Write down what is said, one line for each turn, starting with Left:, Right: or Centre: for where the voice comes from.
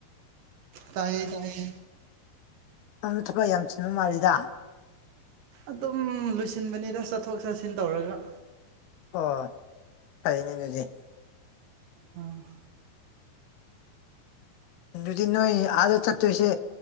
Right: ꯇꯥꯏꯌꯦ ꯇꯥꯏꯌꯦ
Left: <unintelligible> ꯊꯕꯛ ꯌꯥꯝ ꯆꯤꯟꯕ ꯃꯥꯜꯂꯤꯗ
Right: ꯑꯗꯨꯝ ꯂꯣꯏꯁꯤꯟꯕꯅꯤꯗ ꯆꯠꯊꯣꯛ ꯆꯠꯁꯤꯟ ꯇꯧꯔꯒ
Left: ꯑꯣ ꯀꯅꯤ ꯑꯗꯨꯗꯤ
Right: ꯎꯝ
Left: ꯑꯗꯨꯗꯤ ꯅꯣꯏ ꯑꯗ ꯆꯠꯇꯣꯏꯁꯦ